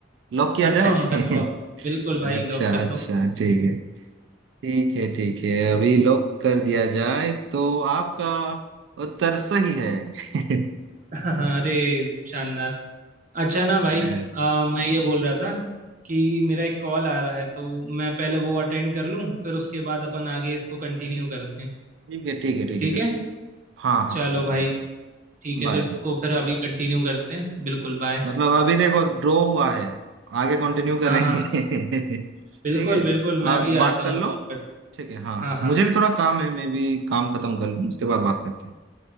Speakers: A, on the right (about 65°); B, on the right (about 45°).
A: लॉक किया
B: Confirm
A: जाए <laughs>
B: confirm बिल्कुल भाई
A: अच्छा
B: लॉक कर
A: अच्छा
B: दो
A: ठीक है ठीक है ठीक है अभी लॉक कर दिया जाए तो आपका उत्तर सही है <laughs>
B: <laughs> अरे शानदार अच्छा ना भाई
A: अरे
B: अ, मैं ये बोल रहा था कि मेरा एक कॉल आ रहा है तो मैं पहले वो अटेंड कर लूँ फिर उसके बाद अपन आगे इसको कंटिन्यू करते हैं
A: ठीक है ठीक है ठीक
B: ठीक
A: है फिर
B: है
A: हाँ हाँ
B: चलो
A: ठीक
B: भाई
A: है फिर
B: ठीक है
A: बाय
B: तो इसको फिर अभी कंटिन्यू करते हैं बिल्कुल बाय
A: मतलब अभी देखो ड्रॉ हुआ है आगे कंटिन्यू करेंगे
B: हाँ हाँ
A: <laughs>
B: बिल्कुल
A: ठीक है
B: बिल्कुल
A: आ,
B: मैं भी
A: बात
B: आता
A: कर
B: हूँ
A: लो
B: कॉल कर
A: ठीक है हाँ
B: हाँ
A: मुझे
B: हाँ
A: भी थोड़ा काम है मैं भी काम खत्म कर लूँ उसके बाद बात करते हैं